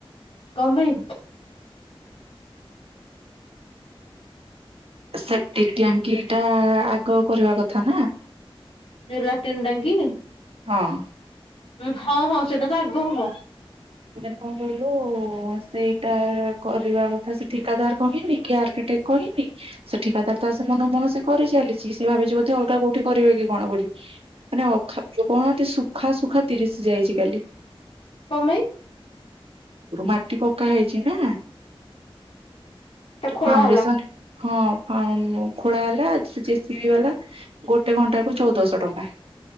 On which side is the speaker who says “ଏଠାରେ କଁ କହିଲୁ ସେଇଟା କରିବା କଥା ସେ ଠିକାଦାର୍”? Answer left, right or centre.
Right